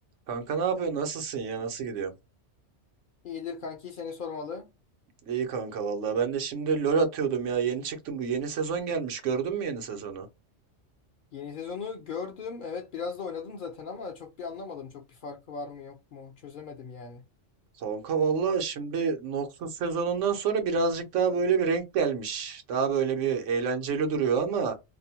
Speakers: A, on the right; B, on the left.
A: Kanka ne yapıyorsun? Nasılsın ya? Nasıl gidiyor?
B: İyidir kanki seni sormalı.
A: İyi kanka vallahi. Ben de şimdi LoL atıyordum ya. Yeni çıktım. Bu yeni sezon gelmiş. Gördün mü yeni sezonu?
B: Yeni sezonu gördüm. Evet biraz da oynadım zaten ama çok bir anlamadım. Çok bir farkı var mı yok mu? Çözemedim yani.
A: Kanka vallahi şimdi Noxus sezonundan sonra birazcık daha böyle bir renk gelmiş. Daha böyle bir eğlenceli duruyor ama